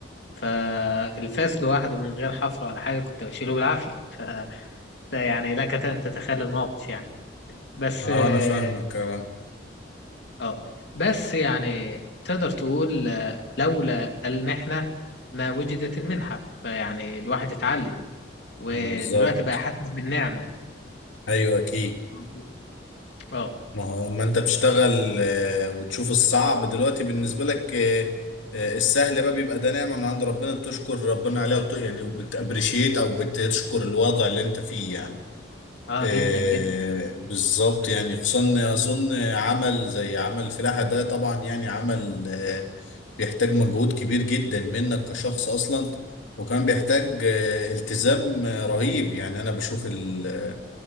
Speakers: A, on the left; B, on the left.
A: فالفاس لوحده من غير حفر ولا حاجه كنت بشيله بالعافيه ف ده يعني لك ان تتخيل الموقف يعني بس
B: اه
A: اه
B: انا فاهمك آه.
A: آه. بس يعني تقدر تقول آه، لولا المحنه ما وجدت المنحه فيعني الواحد اتعلم ودلوقتي
B: بالظبط
A: بقى حاسس بالنعمه
B: ايوه اكيد
A: اه اه
B: ما هو اما انت بتشتغل آه، وتشوف الصعب دلوقتي بالنسبه لك آه، آه، السهل بقى بيبقى ده نعمه من عند ربنا بتشكر ربنا عليها وبت... يعني وبتابريشيت او بتشكر الوضع اللي انت فيه يعني
A: آه،
B: آه،
A: جدا جدا
B: بالظبط يعني خصوصا اظن عمل زي عمل الفلاحه ده طبعا يعني عمل آه، بيحتاج مجهود كبير جدا منك كشخص اصلا وكان بيحتاج آه، التزام آه، رهيب يعني انا بشوف ال